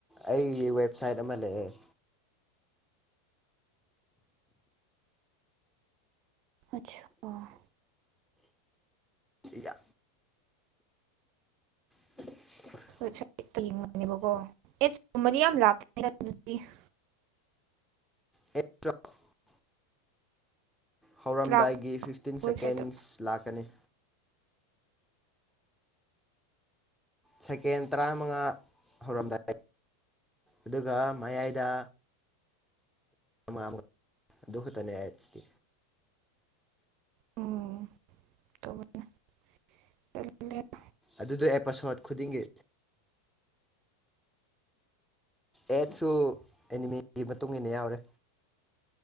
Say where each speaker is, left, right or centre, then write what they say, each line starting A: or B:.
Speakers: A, in the centre; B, on the right.
A: ꯑꯩꯒꯤ ꯋꯦꯕꯁꯥꯏꯠ ꯑꯃ ꯂꯩꯌꯦ
B: ꯑꯠꯁꯥ ꯑꯣ
A: ꯢꯌꯥ <inaudible>
B: <unintelligible> ꯌꯦꯡꯕꯅꯦꯕꯀꯣ ꯑꯦꯗꯁ ꯀꯨꯝꯕꯗꯤ ꯌꯥꯝ ꯂꯥꯛ <unintelligible>
A: <unintelligible> ꯍꯧꯔꯝꯗꯥꯏꯒꯤ
B: ꯂꯥꯛꯄ
A: ꯐꯤꯐꯇꯤꯟ
B: ꯋꯦꯕꯁꯥꯏꯠꯇ
A: ꯁꯦꯀꯦꯟꯁ ꯂꯥꯛꯀꯅꯤ ꯁꯦꯀꯦꯟ ꯇꯔꯥꯃꯉꯥ ꯍꯧꯔꯝꯗꯥꯏ ꯑꯗꯨꯒ ꯃꯌꯥꯏꯗ ꯑꯃ <unintelligible> ꯑꯗꯨ ꯈꯇꯅꯦ ꯑꯦꯠꯁꯇꯤ
B: ꯎꯝ <unintelligible>
A: ꯑꯗꯨꯗ ꯑꯦꯄꯥꯁꯣꯠ ꯈꯨꯗꯤꯡꯒꯤ ꯑꯦꯠꯁꯨ ꯑꯦꯅꯤꯃꯦꯒꯤ ꯃꯇꯨꯡ ꯏꯟꯅ ꯌꯥꯎꯔꯦ